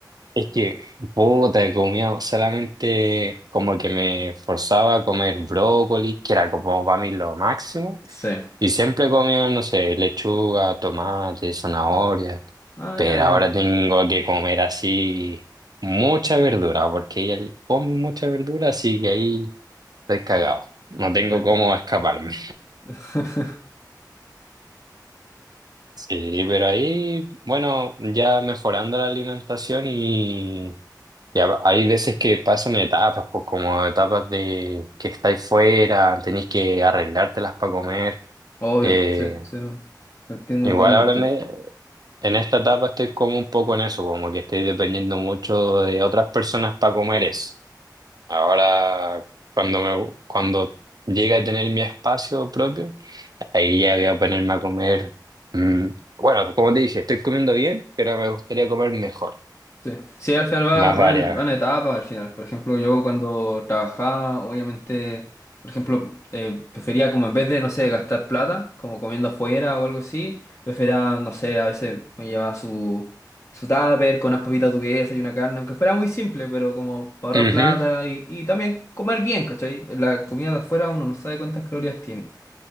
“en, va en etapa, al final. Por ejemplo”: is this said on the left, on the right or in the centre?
Left